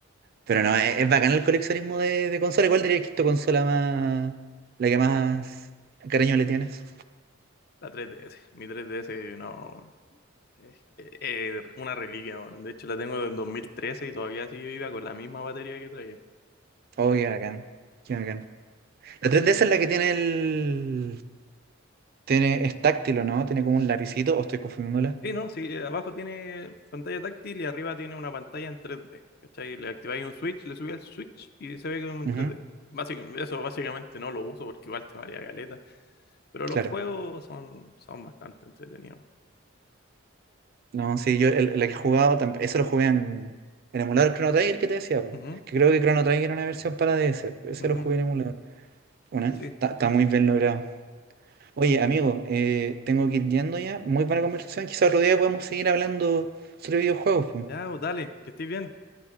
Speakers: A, on the right; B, on the left.
A: Pero no, es, es bacán el coleccionismo de, de consolas. ¿Cuál dirías que es tu consola más, la que más cariño le tienes?
B: la 3DS. Mi 3DS no es es una reliquia. ¿no? De hecho, la tengo del 2013 y todavía sigue viva con la misma batería que traía.
A: Oh, qué bacán, qué bacán. La 3DS es la que tiene el, tiene, es táctil, ¿o ¿no? Tiene como un lapicito, o estoy confundiéndola.
B: Sí, no, sí, eh, abajo tiene pantalla táctil y arriba tiene una pantalla en 3D. ¿Cachai? Le activáis un switch, le subí al switch y se ve como en
A: Ujú,
B: 3D. Básicamente, eso básicamente no lo uso porque igual te maría caleta. Pero
A: claro.
B: los juegos son, son bastante entretenidos.
A: No, sí, yo el- la que he jugado, tam- eso lo jugué en, en emulador Chrono Trigger que te decía, po.
B: Ujú,
A: que creo que Chrono Trigger era una versión para DS, ese
B: ujú,
A: lo jugué en emulador. Una, está
B: sí,
A: está
B: sí.
A: muy bien logrado. Oye, amigo, eh, tengo que ir yendo ya. Muy buena conversación. Quizá otro día podemos seguir hablando sobre videojuegos. pues.
B: Ya, pues, dale, que estés bien.